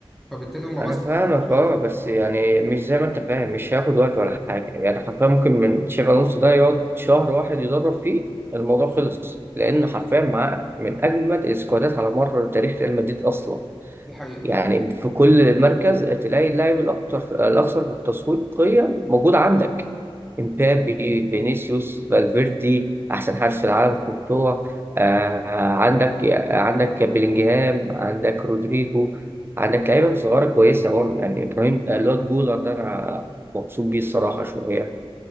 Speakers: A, in the centre; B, on the right.
A: فبالتالي هما
B: انا
A: بس
B: فاهمك
A: محتاجين شويه
B: اه
A: وقت
B: بس يعني مش زي ما انت فاهم مش هياخد وقت ولا حاجه يعني حرفيا ممكن من شبه نص ده يقعد شهر واحد يدرب فيه الموضوع خلص لان حرفيا معاه من اجمد السكوادات على مر تاريخ ريال مدريد اصلا
A: دي حقيقه
B: يعني في كل مركز تلاقي اللاعب الأكثر الأكثر تسويقيا موجود عندك امبابي فينيسيوس فالفيردي أحسن حارس في العالم كورتوا آه عندك عندك بيلينجهام عندك رودريجو عندك لعيبة صغيرة كويسة برضه يعني إبراهيم آه، لوت جولر ده أنا مبسوط بيه الصراحة شوية